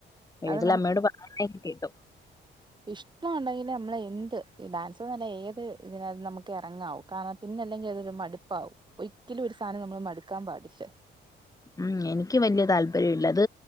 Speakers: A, on the left; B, on the right.
A: വീട്ടിലമ്മയോട്
B: അത്
A: പറയുന്നെക്കെ കേട്ടു
B: ഇഷ്ട്ടൊണ്ടെങ്കിലെ നമ്മള് എന്ത് ഈ ഡാൻസ്ന്നല്ല ഏത് ഇതിനാത്തും നമുക്ക് ഇറങ്ങാവു കാരണം പിന്നെല്ലെങ്കി അതൊരു മടുപ്പാവും ഒരിക്കലും ഒരു സാധനം നമ്മള് മടുക്കാൻ പാടില്ല
A: ഉം എനിക്ക് വലിയ താല്പര്യില്ല അത്